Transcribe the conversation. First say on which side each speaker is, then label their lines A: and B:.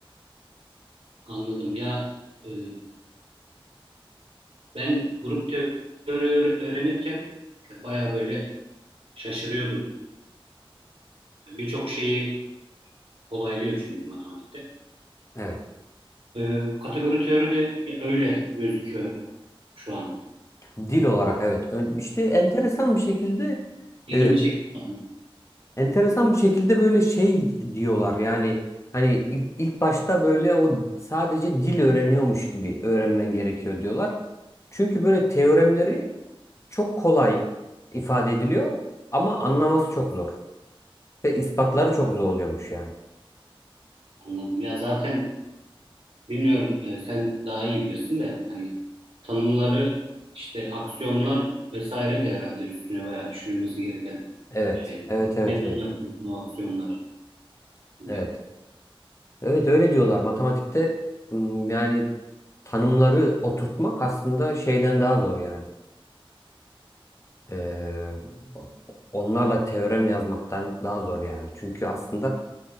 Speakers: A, on the right; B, on the left.
A: anladım. Ya e, ben grup teori öğrenirken Baya böyle Şaşırıyordum. Birçok şeyi kolaylıyor çünkü matematikte.
B: Evet.
A: Ee, kategori teori de ya öyle gözüküyor şu an.
B: Dil olarak evet. Ön- İşte enteresan bir şekilde
A: İlgimi
B: e,
A: çekti
B: Enteresan bir şekilde böyle şey diyorlar yani hani ilk, ilk başta böyle o sadece dil öğreniyormuş gibi öğrenmen gerekiyor diyorlar. Çünkü böyle teoremleri çok kolay ifade ediliyor ama anlaması çok zor ve ispatları çok zor oluyormuş yani.
A: anladım. Ya zaten bilmiyorum e, sen daha iyi bilirsin de hani tanımları işte aksiyonlar vesaire de herhalde üstüne bayağı düşünülmesi gereken
B: Evet,
A: şeyler.
B: evet, evet,
A: Neden
B: evet,
A: yapıyorsun o aksiyonları gibi.
B: evet. Evet öyle diyorlar matematikte m, yani tanımları oturtmak aslında şeyden daha zor yani. Ee, onlarla teorem yazmaktan daha zor yani. Çünkü aslında